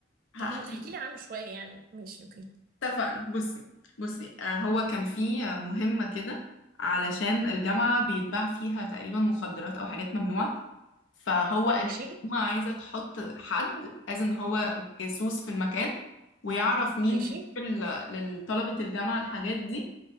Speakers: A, on the left; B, on the right.
A: هحكي
B: طب ما تحكي
A: لك
B: لي عنه شويه يعني ماشي اوكي
A: اتفقنا بصي بصي آه، هو كان في آه، مهمة كده علشان الجامعة
B: مهم.
A: بيتباع فيها تقريبا مخدرات أو حاجات ممنوعة فهو الحكومة
B: ماشي
A: عايزة تحط حد از ان هو جاسوس في المكان ويعرف مين
B: ماشي
A: بيجيب ال- لطلبة الجامعة الحاجات دي